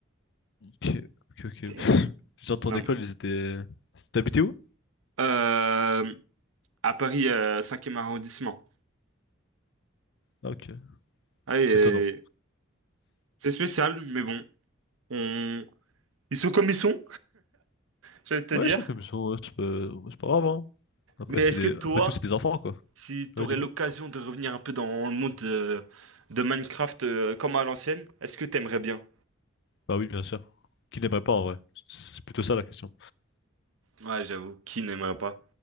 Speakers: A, on the left; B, on the right.
A: Ok, ok, ok.
B: C'est...
A: <laughs> Les gens de ton
B: Non,
A: école,
B: mais...
A: ils étaient. T'habitais où?
B: Euh, à Paris, euh, 5 arrondissement.
A: Ah, ok.
B: Ouais, et-
A: Étonnant.
B: c'est spécial, mais bon. On... Ils sont comme ils sont, j'allais te
A: Ouais,
B: dire.
A: ils sont comme ils sont, ouais, c'est pas, c'est pas grave, hein. Après,
B: Mais
A: c'est
B: est-ce
A: des...
B: que toi...
A: Après tout, c'est des enfants, quoi.
B: Si tu
A: Ouais,
B: aurais
A: dis-moi.
B: l'occasion de revenir un peu dans le monde de, de Minecraft euh, comme à l'ancienne, est-ce que t'aimerais bien?
A: Bah oui, bien sûr. Qui n'aimerait pas en vrai? C'est c'est plutôt ça la question.
B: Ouais, j'avoue, qui n'aimerait pas?